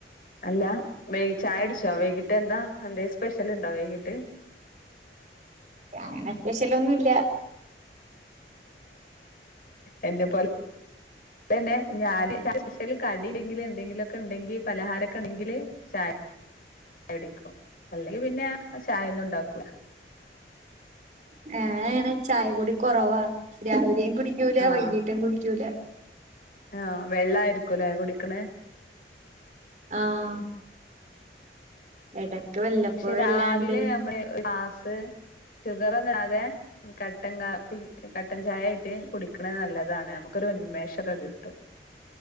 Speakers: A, on the left; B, on the right.
A: അല്ല വൈകി ചായുട്ച്ചോ. വൈകിട്ട് എന്താ, എന്തേലും സ്പെഷ്യൽ ഉണ്ടോ വൈകിട്ട്.
B: അങ്ങനെ സ്പെഷ്യലൊന്നുല്ല
A: എന്നെ പോലെ തന്നെ ഞാന് കടി സ്പെഷല് കടിണ്ടെങ്കിൽ, എന്തെങ്കിലുമൊക്കെ ഉണ്ടെങ്കിൽ പലഹാരം ഒക്കെ ഉണ്ടെങ്കിൽ ചായ ചായുടിക്കും, അല്ലെങ്കിൽ പിന്നെ ചായ ഒന്നും ഉണ്ടാക്കൂല്ല
B: ഞാൻ അങ്ങനെ ചായ കൂടി കുറവാ, രാവിലെയും കുടിക്കൂല
A: ആഹ്
B: വൈകീട്ടും കുടിക്കൂല
A: ആഹ് വെള്ളായിരിക്കൂല്ലേ കുടിക്ക്ണ്
B: ആഹ് എടക്ക് വല്ലപ്പോഴല്ലാണ്ട്
A: പക്ഷെ രാവിലെ നമ്മള് ഒരു ഗ്ലാസ് ഷുഗർ ഒന്നും ഇടാതെ കട്ടൻ കാപ്പി, കട്ടൻ ചായ ആയ്ട്ട് കുടിക്ക്ണത് നല്ലതാണ്. നമുക്കൊരു ഉന്മേഷൊക്കെ കിട്ടും